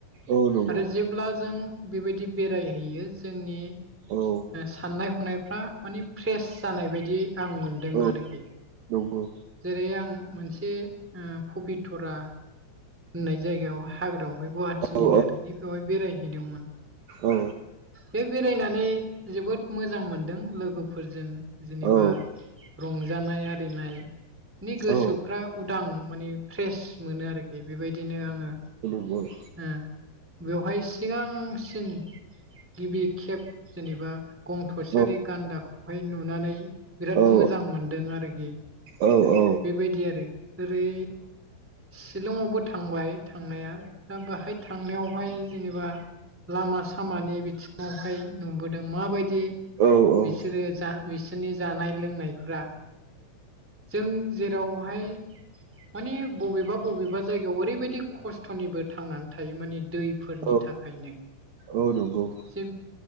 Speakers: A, on the right; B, in the centre.
A: औ नंगौ
B: आरो जेब्ला जों बेबायदि बेरायहैयो जोंनि
A: औ
B: साननाय हनायफ्रा मानिे फ्रेस जानाय बायदि आं मोन बङादख
A: औ नंगौ
B: जेरै आं मोनसे पबितरा होननाय जायगायाव हाग्रायाव बेवहाय गुवाहाटिनिनो
A: औ
B: आरोखि बेवहाय बेरायहैदोंमोन
A: औ
B: बे बेरायनानै जोबोद मोजां मोनदों लोगोफोरजों जेनेबा
A: औ
B: रंजानाय आरिनाय नि गोसोफ्रा
A: औ
B: उदां मानिे फ्रेस मोनो आरोखि बेबायदिनो आङो
A: गगल
B: ओ बेवहाय सिगांसिन गिबि खेब जेनेबा गं थसेयारि
A: औ
B: गान्दाखौहाय नुनानै बिराद
A: औ
B: मोजां मोनदों आरोखि
A: औ औ
B: बेबायदि आरो ओरै शलंआवबो थांबाय थांनाया दा बेहाय थांनायावहाय जेनेबा लामा सामानि बिथिङावहाय नुबोदों माबायदि
A: औ औ
B: बिसोरो जा बिसोरनि जानाय लोंनायफोरा जों जेरावहाय माने बबेबा बबेबा जायगायाव ओरैबायदि खस्थ'निबो थांनानै थायो माने दैफोरनि
A: औ
B: थाखायनो
A: औ नंगौ
B: ज